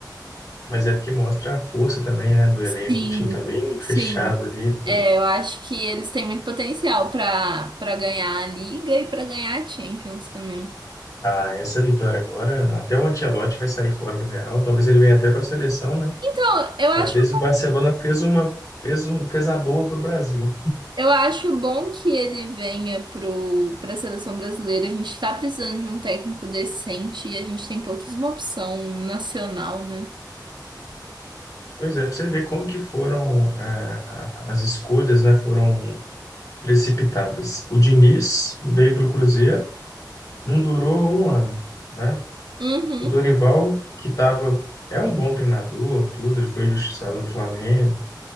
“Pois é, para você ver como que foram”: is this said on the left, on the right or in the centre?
Left